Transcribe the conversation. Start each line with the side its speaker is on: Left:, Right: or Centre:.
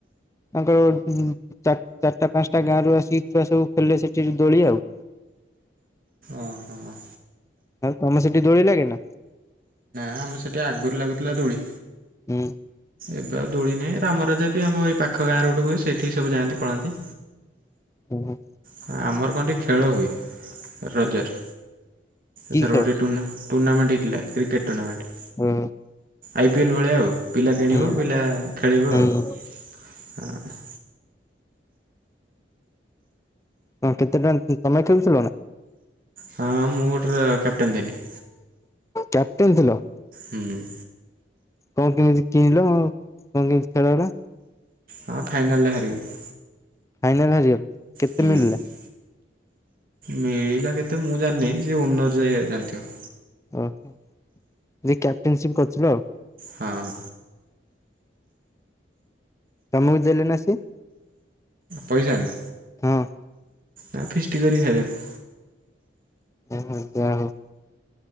Left: ତାଙ୍କର ଚାରିଟା ପାଞ୍ଚଟା ଗାଁ ରୁ ଆସିକି ଛୁଆ ସବୁ ଖେଳିଲେ ସେଠି ଦୋଳି ଆଉ।
Right: ଓଁ ହଁ।
Left: ଆଉ ତମେ ସେଠି ଦୋଳି ଲାଗେ ନା?
Right: ନା ଆମେ ସେଠି ଆଗରୁ ଲାଗୁଥିଲା ଦୋଳି।
Left: ହୁଁ ଉଁ
Right: ଏବେ ଆଉ ଦୋଳି ନାହିଁ ରାମ ରାଜା ବି ଆମ ଏଇ ପାଖ ଗାଁରେ ଗୋଟେ ହୁଏ ସେଇଠି ସବୁ ଯାଆନ୍ତି ପଳାନ୍ତି।
Left: ଓ ହୋ।
Right: ହଁ ଆମର କଣ ଟିକେ ଖେଳ ହୁଏ ରଜରେ,
Left: ହୁଁ କି
Right: ଏଥର
Left: ଖେଳ
Right: ଗୋଟେ ଟୁର୍ନା ଟୁର୍ଣ୍ଣାମେଣ୍ଟ ହେଇଥିଲା, କ୍ରିକେଟ ଟୁର୍ଣ୍ଣାମେଣ୍ଟ।
Left: ହୁଁ
Right: ଆଇ ପିଏଲ୍ ଭଳିଆ ଆଉ, ପିଲା କିଣିବେ
Left: ହୁଁ
Right: ପିଲା ଖେଳିବେ
Left: ହୁଁ।
Right: ଆଉ। ହଁ
Left: ହଁ କେତେ ଟଙ୍କା ତମେ ଖେଳଥିଲ ନା?
Right: ହଁ ମୁଁ ଗୋଟେର କ୍ୟାପଟନ୍ ଥିନି।
Left: କ୍ୟାପଟେନ୍ ଥିଲ?
Right: ହୁଁ ଉଁ
Left: କଣ କେମିତି କିଣିଲ ଆଉ <unintelligible>
Right: ହଁ ଫାଇନାଲ୍ ରେ ହାରିଗଲୁ।
Left: ଫାଇନାଲ ରେ ହାରିଗଲ କେତେ
Right: ହୁଁ
Left: ମିଳିଲା?
Right: ମିଳିଲା କେତେ ମୁଁ ଜାଣିିନି, ସେ ଓନର ଯ ଜାଣିଥିବ।
Left: ଓହୋ ଯିଏ କ୍ୟାପଟେନସିପ୍ କରିଥିଲ ଆଉ।
Right: ହଁଅ
Left: ତମକୁ ଦେଲେନା ସିଏ?
Right: ପଇସା ନା?
Left: ହଁଅ
Right: ନା ଫିଷ୍ଟ କରିିକି ଖାଇଦେନୁ।
Left: ଓ ହୋ ଯା ହଉ।